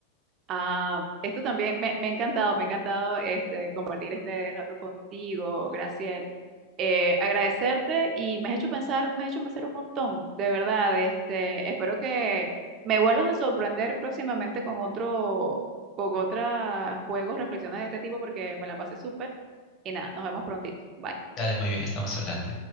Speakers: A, on the right; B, on the left.
A: Ah, esto también me, me ha encantado, me ha encantado este, compartir este rato contigo, Graciel. Eh, agradecerte y me has hecho pensar, me has hecho pensar un montón, de verdad. Este, espero que me vuelvas a sorprender próximamente con otro, con otros juegos, reflexiones de este tipo, porque me la pasé súper. Y nada, nos vemos prontito. Bye.
B: Dale, muy bien, estamos hablando.